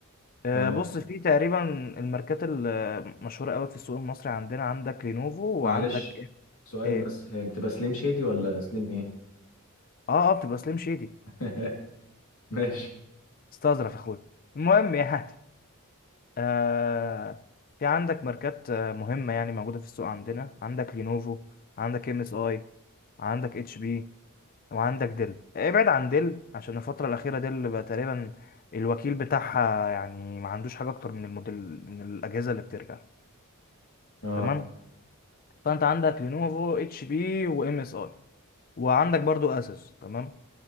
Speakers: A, on the left (about 40°); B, on the left (about 75°).
A: آه،
B: تمام
A: بص في تقريبا الماركات المشهوره قوي في السوق المصري عندنا عندك لينوفو وعندك
B: معلش
A: ايه
B: سؤال
A: إيه؟
B: بس هي بتبقى سليم شادي ولا سليم ايه
A: اه اه بتبقى سليم شيدي
B: <laughs> ماشي
A: استظرف يا اخويا المهم يعني آه في عندك ماركات آه، مهمه يعني موجوده في السوق عندنا عندك لينوفو عندك ام اس اي عندك اتش بي وعندك ديل ابعد عن ديل عشان الفتره الاخيره ديل بقى تقريبا الوكيل بتاعها يعني ما عندوش حاجه اكتر من الموديل من الاجهزه اللي بترجع
B: اه
A: تمام فانت عندك لينوفو اتش بي وام اس اي وعندك برضو اسوس تمام